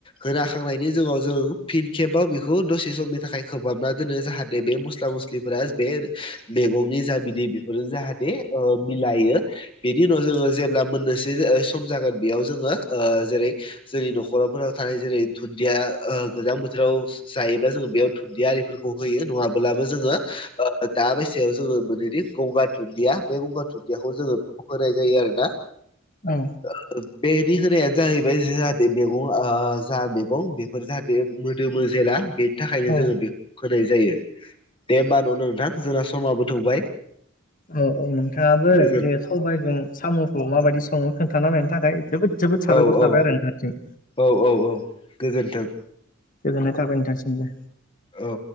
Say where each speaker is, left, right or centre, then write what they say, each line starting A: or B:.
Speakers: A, on the left; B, on the left.
A: होनाखांनायनि जउनाव जों फिन खेबाव बेखौ दसे समनि थाखाय खोबहाबना दोनो जाहाथे बे मस्ला मस्लि बे मैगंनि जामिनि बेफोरजों जाहाथे मिलायो। बेनि उनाव जोङो जेब्ला मोनननोसै सम जागोन बेयाव जोङो जेरै जोंनि न'खराफोराव थानाय जेरै दुन्दिया गोजां बोथोराव जायोब्लाा जो बेयाव दुन्दि आरिफोरखौ होयो नङाब्लाबो जोङो दा बैसायाव जोङो। गंगार दुन्दिया बे गंगार दुदियाखौ जोङो होनाय जायो आरो ना
B: औ।
A: <inaudible> बेनि होनायानो जाहैबाय जाहाथे मैगं जा मैगं बेफोर जाहाथे मोदोमो जेला बे थाखायनो
B: औ
A: जोङो बे होनाय जायो दे होमबा न'नो नोंथां जोंना समा बथौबाय
B: औ औ नोंथाङाबो
A: गोजोन
B: जे सबायजों साम'खौ माबायदि सङो खोन्थाना नायनि थाखाय जोबोद जोबोद साबायखर
A: औ
B: साबाय
A: औ
B: आरो नोंथांसिम
A: औ औ औ गोजोन्थों।
B: गोजोननाय थाबाय नोंथासिमबो
A: औ।